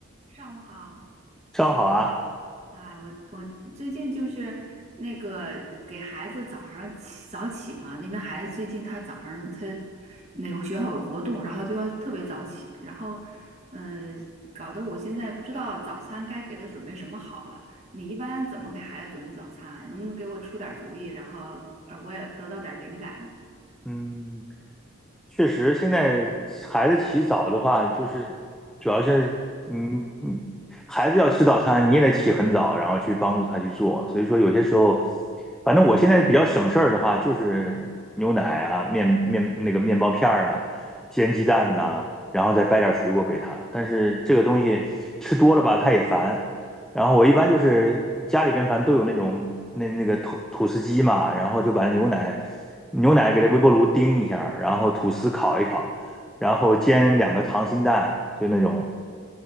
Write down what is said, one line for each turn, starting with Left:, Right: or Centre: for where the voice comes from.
Right: 上午好
Centre: 正好啊，
Right: 啊，我我最近就是那个给孩子早上起早起嘛，因为孩子最近他早上他那个学校有活动，然后就要特别早起，然后呃，搞得我现在不知道早餐该给他准备什么好了。你一般怎么给孩子准备早餐啊？能不能给我出点主意，然后呃我也得到点灵感？
Centre: 嗯，确实，现在孩子起早的话，就是主要是，嗯嗯，孩子要吃早餐，你也得起很早，然后去帮助他去做。所以说，有些时候，反正我现在比较省事儿的话，就是牛奶啊、面面那个面包片儿啊、煎鸡蛋呐、然后再掰点水果给他。但是这个东西吃多了吧，他也烦；然后我一般就是家里边反正都有那种那那个吐吐司机嘛，然后就把牛奶牛奶给它微波炉叮一下，然后吐司烤一烤，然后煎两个溏心蛋，就那种